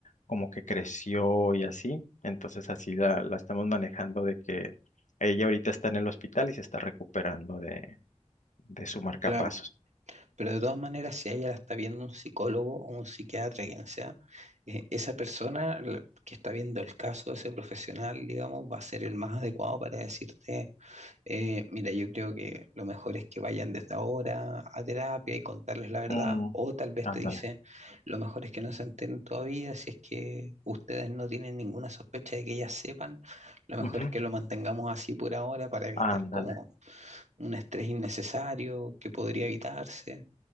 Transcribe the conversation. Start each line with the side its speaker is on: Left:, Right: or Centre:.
Left: como que creció y así. Entonces así la, la estamos manejando de que ella ahorita está en el hospital y se está recuperando de, de su marcapasos.
Right: Claro. Pero de todas maneras, si ella la está viendo un psicólogo o un psiquiatra, quien sea, eh, esa persona la- que está viendo el caso, ese profesional, digamos, va a ser el más adecuado para decirte, eh, mira, yo creo que lo mejor es que vayan desde ahora a terapia y contarles la verdad,
Left: Mm,
Right: o tal vez
Left: ándale.
Right: te dice, lo mejor es que no se enteren todavía, si es que ustedes no tienen ninguna sospecha de que ellas sepan, lo
Left: Ujú,
Right: mejor es que lo mantengamos así por ahora para evitar
Left: Ándale.
Right: como un estrés innecesario que podría evitarse.